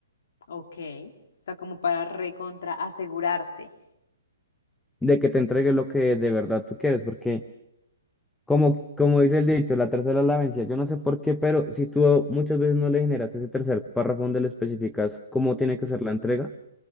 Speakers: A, on the left; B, in the centre.
A: Ok. O sea, como para recontra asegurarte.
B: de que te entregue lo que de verdad tú quieres, porque como, como dice el dicho, la tercera es la vencida. Yo no sé por qué, pero si tú muchas veces no le generas ese tercer párrafo donde le especificas cómo tiene que ser la entrega,